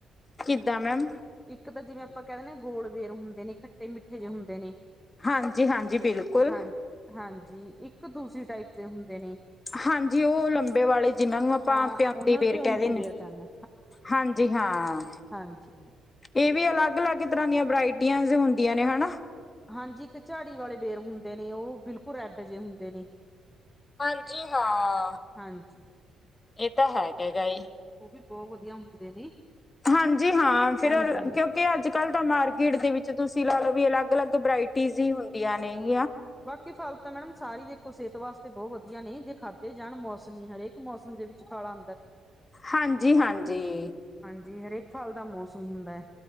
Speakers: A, on the left; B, in the centre.
A: ਕਿਦਾਂ ਮੈਮ?
B: ਇੱਕ ਤਾ ਜਿਵੇ ਆਪਾ ਕੈਦੇਨੇ ਆਂ ਗੋਲ ਵੇਰ ਹੁੰਦੇ ਨੇ ਖੱਟੇ-ਮਿੱਠੇ ਜਿਹੇ ਹੁੰਦੇ ਨੇ।
A: ਹਾਂਜੀ, ਹਾਂਜੀ ਬਿਲਕੁਲ
B: ਹਾਂ ਹਾਂਜੀ <inaudible> ਦੂਸਰੀ ਟਾਈਪ ਦੇ ਹੁੰਦੇ ਨੇ
A: ਹਾਂਜੀ ਓਹ ਲੰਬੇ ਵਾਲੇ ਜਿਹਨਾਂ ਨੂੰ ਆਪਾ
B: ਹਾਂ
A: ਪਿਆਂਦੀ
B: ਉਹਨਾਂ ਨੂੰ
A: ਵੇਰ
B: ਪਿਉਂਦੀ
A: ਕਹਿ ਦੇਨੇ,
B: ਬੇਰ ਕਹਿੰਦੇ
A: ਹਾਂਜੀ ਹਾਂ
B: ਹਾਂਜੀ।
A: ਏ ਵੀ ਲਾਗ, ਲਾਗ <inaudible> ਵਰਾਇਟੀਆਂ ਹੁੰਦੀਆਂ ਨੇ ਹਨਾ।
B: ਹਾਂਜੀ ਇੱਕ ਝਾੜੀ ਵਾਲੇ ਬੇਰ ਹੁੰਦੇ ਨੇ ਓਹ ਬਿਲਕੁਲ ਰੈਡ ਜੇਹੇ ਹੁੰਦੇ ਨੇ।
A: ਹਾਂਜੀ ਹਾਂ।
B: ਹਾਂਜੀ।
A: ਏ ਤਾ ਹੈਗਾ ਗਾਏ।
B: ਉਹ ਵੀ ਬਹੁਤ ਵਧੀਆ ਹੁੰਦੇ ਨੇ
A: ਹਾਂਜੀ ਹਾਂ ਫਿਰ
B: ਹਾਂਜੀ।
A: ਕਿਉਂਕਿ ਅੱਜ-ਕੱਲ ਤਾ ਮਾਰਕੀਟ ਦੇ ਵਿੱਚ ਤੁਸੀ ਲਾ ਲੋ ਵੀ ਅਲੱਗ, ਅਲੱਗ ਬਰਾਇਟੀਜ਼ ਹੀ ਹੁੰਦੀਆਂ ਨੇ <inaudible>
B: ਬਾਕੀ ਫ਼ਲ ਤਾ ਮੈਡਮ ਸਾਰੀ ਦੇਖੋ ਸੇਹਤ ਵਾਸਤੇ ਬੋ ਵਧੀਆ ਨੇ ਜੇ ਖਾਧੇ ਜਾਨ ਮੌਸਮੀ ਹਰੇਕ ਮੌਸਮ ਦੇ ਵਿੱਚ ਫਲ ਆ
A: ਹਾਂਜੀ, ਹਾਂਜੀ।
B: ਜੇ ਹਰੇਕ ਫਲ ਦਾ ਮੌਸਮ ਹੁੰਦਾ ਏ।